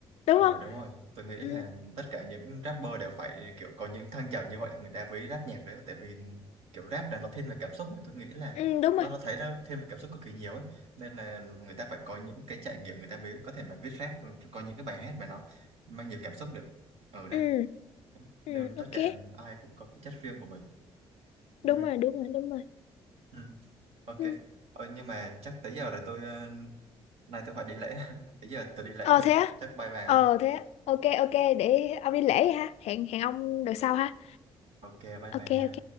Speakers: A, on the left; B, on the right.
A: đúng
B: Ờ
A: không
B: đúng rồi, tôi nghĩ là
A: ừ,
B: tất cả những rapper đều phải kiểu có những thăng trầm như vậy thì người ta mới rap nhạc đấy tại vì kiểu rap là nó thiên về cảm xúc mà tôi nghĩ là
A: ừ đúng rồi
B: nó nó thấy nó thiên về cảm xúc cực kỳ nhiều ấy nên là người ta phải có những cái trải nghiệm người ta mới có thể mà viết rap có những cái bài hát mà nó mang nhiều cảm xúc được ở đấy
A: ừ,
B: nên
A: ừ
B: tất
A: ok
B: cả ai cũng có cái chất riêng của mình ừ,
A: đúng rồi đúng rồi đúng rồi
B: ừ, ok
A: ừ.
B: ờ, nhưng mà chắc tới giờ rồi tôi ờ, nay tôi phải đi lễ <laughs> tới giờ tôi đi lễ
A: ờ
B: rồi
A: thế á
B: chắc bye bye ha.
A: ờ thế á. ok ok để ông đi lễ ha hẹn hẹn ông đợt sau ha
B: ok bye bye
A: ok
B: nha
A: ok